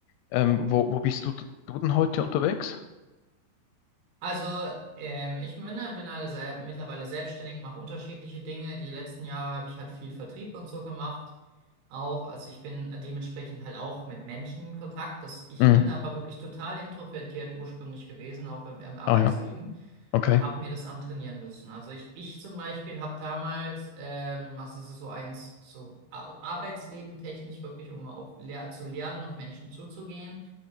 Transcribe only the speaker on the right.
Ja.
Also, ähm, ich bin ja mittlerweile sel- mittlerweile selbstständig, mache unterschiedliche Dinge. Die letzten Jahre habe ich halt viel Vertrieb und so gemacht. Auch, also ich bin dementsprechend halt auch mit Menschen in Kontakt. Das, ich
bin aber wirklich total introvertiert ursprünglich gewesen, auch im, im Arbeitsleben,
und habe mir das antrainieren müssen. Also ich, ich zum Beispiel habe damals, ähm, also es ist so eins, so Arbeitsleben technisch wirklich, um auch lehr zu lernen, auf Menschen zuzugehen